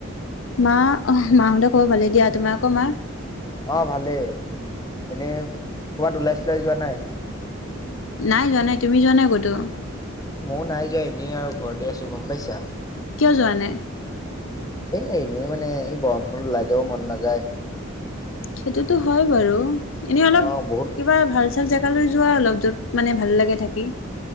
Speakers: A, on the left (about 70°); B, on the left (about 15°).
A: মা‌ অ'হ মাহঁতৰ খবৰ ভালে দিয়, তোমালোকৰ মা?
B: অ' ভালেই এনেই কৰ'বাত ওলাই চলাই যোৱা নাই?
A: নাই যোৱানাই। তুমি যোৱা নাই ক'তো?
B: মও নাই যোৱা এনেই আৰু ঘৰতে আছোঁ গম পাইছা।
A: কিয় যোৱা নাই?
B: এই এনেই মানে এই গৰমখনত ওলাই যাব মন নাযায়।
A: সেইটোতো হয় বাৰু, এনেই অলপ
B: অ বহুত
A: কিবা ভাল ছাল জেগালৈ যোৱা অলপ য'ত মানে ভাল লাগে থাকি